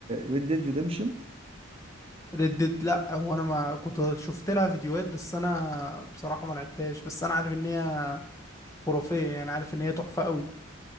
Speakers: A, on the right; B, on the left.
A: ريد ديد ريدمشن
B: الريدد لا هو انا ما كنت شفت لها فيديوهات بس انا بصراحه ما لعبتهاش بس انا عارف ان هي خرافيه يعني عارف ان هي تحفه قوي